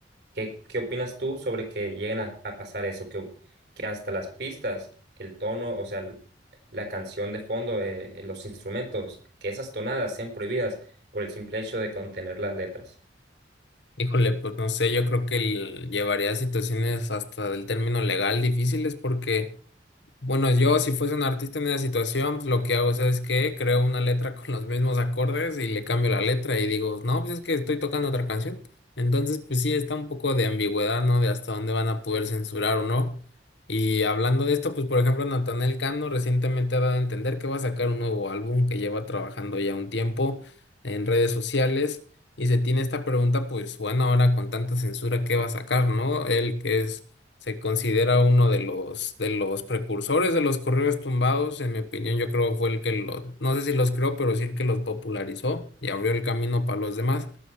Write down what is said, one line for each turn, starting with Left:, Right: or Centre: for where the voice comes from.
Right: ¿Qué, qué opinas tú sobre que lleguen a, a pasar eso? Que, que hasta las pistas, el tono, o sea, el- la canción de fondo, eh, eh, los instrumentos, que esas tonadas sean prohibidas por el simple hecho de contener las letras.
Left: Híjole, pues no sé, yo creo que el- llevaría a situaciones hasta del término legal difíciles porque Bueno, yo si fuese un artista en esa situación, pues, lo que hago, ¿sabes qué? Creo una letra <laughs> con los mismos acordes y le cambio la letra y digo, no, pues es que estoy tocando otra canción. Entonces, pues sí, está un poco de ambigüedad, ¿no? De hasta dónde van a poder censurar o no. Y hablando de esto, pues por ejemplo, Natanael Cano recientemente ha dado a entender que va a sacar un nuevo álbum que lleva trabajando ya un tiempo en redes sociales. Y se tiene esta pregunta, pues bueno, ahora con tanta censura, ¿qué va a sacar, no? Él que es se considera uno de los, de los precursores de los correos tumbados, en mi opinión, yo creo fue el que lo, no sé si los creó, pero sí el que los popularizó y abrió el camino para los demás.